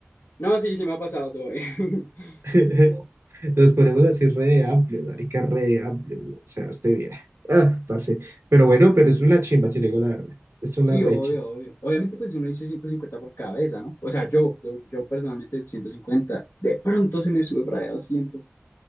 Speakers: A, on the left (about 70°); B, on the right (about 85°).
A: No, sí, sí me ha pasado todo bien. <laughs>
B: <laughs> Nos ponemos así re amplios, marica, re amplios. güey. O sea, usted viera. Ah, parce. Pero bueno, pero es una chimba, si le digo la verdad. Es una
A: Sí,
B: re
A: obvio,
B: chimba.
A: obvio. Obviamente, pues uno dice 150 por cabeza, ¿no? O sea, yo, yo, yo personalmente ciento cincuenta De pronto se me sube para allá 200.